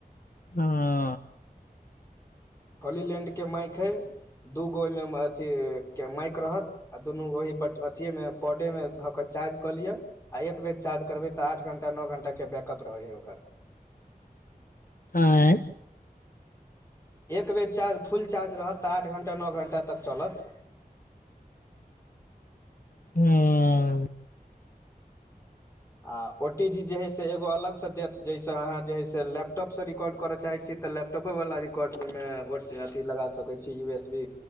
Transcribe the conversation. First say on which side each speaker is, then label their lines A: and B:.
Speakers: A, on the left; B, on the left.
A: हऽ
B: होलीलैंड केँ माइक हइ दू गो ओइ में अथी केँ माइक रहत आ दुनू ओहि बट अथिए में पौडे मे धऽ कऽ चार्ज कऽ लिअ आ एक बेर चार्ज करबै तऽ आठ घंटा नौ घण्टा केँ बैकअप रहै है ओकर
A: आँए
B: एक बेेर चार्ज फुल चार्ज रहत तऽ आठ घण्टा नौ घण्टा तक चलत
A: <unintelligible>
B: आ ओटीजीजे है से एगो अलग से देत जाहिसँ अहाँ जे है से लैपटॉप स रिकॉर्ड करय चाहैत छिय तऽ लैप टॉपर वाला रिकॉर्ड ओइमे अथी लगा सकैत छी यू एस बी